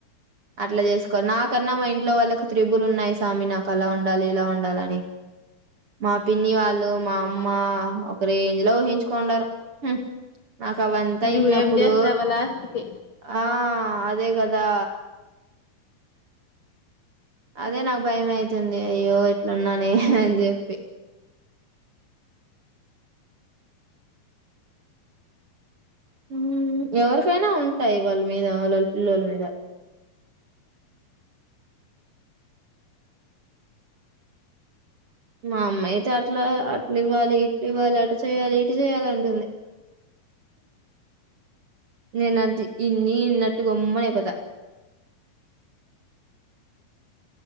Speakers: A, on the right; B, on the left.
A: అట్లా చేసుకోనచ నాకన్నా మా ఇంట్లో వాళ్ళకు త్రిబుల్ ఉన్నాయ్ సామి, నాకు అలా ఉండాలి ఇలా ఉండాలని. మా పిన్ని వాళ్ళు మా అమ్మ ఒకరే జిలో ఊహించుకుండారు హు నాకు అవంతా
B: నువ్వేం
A: ఇన్నప్పుడూ
B: చేస్తావా లాస్ట్ కి
A: ఆ అదే గదా అదే నాక్ భయం అయితుంది అయ్యో ఎట్లున్నానే అని చెప్పి ఊమ్ ఎవరికైనా ఉంటాయ్ వాళ్ళ మీద వాళ్ళళ్ పిల్లోల్ మీద మా అమ్మాయితే అట్లా అట్లివ్వాలి ఇట్లివ్వాలి అటు చెయ్యాలి ఇటు చేయ్యాలి అంటుంది నేనడ్డి ఇన్నీ ఇన్నట్టు గమ్మునైపోత